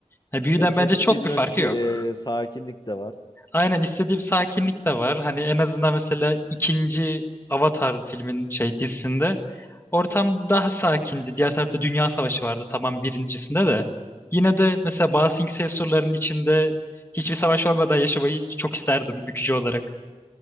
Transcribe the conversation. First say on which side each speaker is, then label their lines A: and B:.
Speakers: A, on the left (about 20°); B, on the left (about 35°).
A: Hani büyüden
B: E, senin
A: bence çok
B: istediğin
A: bir farkı
B: o çi-
A: yok.
B: e, sakinlik de var.
A: Aynen istediğim sakinlik de var. Hani en azından mesela ikinci Avatar filmin şey dizisinde ortam daha sakindi. Diğer tarafta Dünya Savaşı vardı tamam birincisinde de. Yine de mesela Ba Sing Se surlarının içinde hiçbir savaş olmadan yaşamayı çok isterdim bükücü olarak.